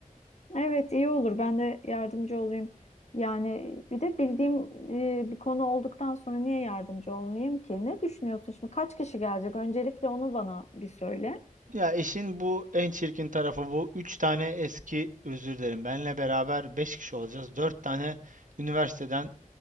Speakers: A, on the left; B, on the right.
A: Evet iyi olur ben de yardımcı olayım. Yani bir de bildiğim e, bir konu olduktan sonra niye yardımcı olmayayım ki? Ne düşünüyorsun şimdi? Kaç kişi gelecek? Öncelikle onu bana bir söyle.
B: Ya işin bu en çirkin tarafı bu. Üç tane eski özür dilerim. Benle beraber beş kişi olacağız. Dört tane üniversiteden